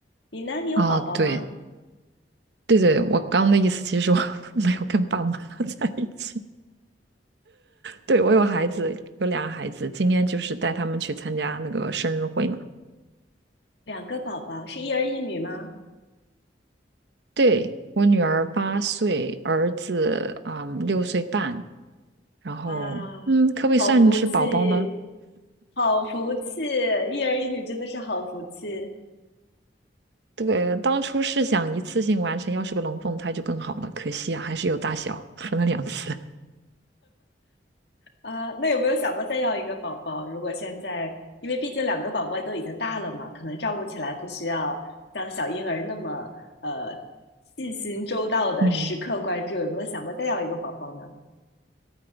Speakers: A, on the left (about 70°); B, on the right (about 70°).
A: 你呢？你有宝宝吗？
B: 啊，对对对，我刚刚的意思其实我 <laughs> 没有跟爸妈 <laughs> 在一起。对，我有孩子，有俩孩子，今天就是带他们去参加那个生日会嘛。
A: 两个宝宝，是一儿一女吗？
B: 对，我女儿八岁，儿子嗯六岁半，然后嗯，
A: 哇，
B: 可不可以算是宝宝呢？
A: 好福气，好福气，一儿一女真的是好福气。
B: 对，当初是想一次性完成，要是个龙凤胎就更好了，可惜啊，还是有大小，分了两次。
A: 啊，那有没有想过再要一个宝宝？如果现在，因为毕竟两个宝宝都已经大了嘛，可能照顾起来不需要像小婴儿那么呃细心周到的时刻关注，
B: 嗯，
A: 有没有想过再要一个宝宝呢？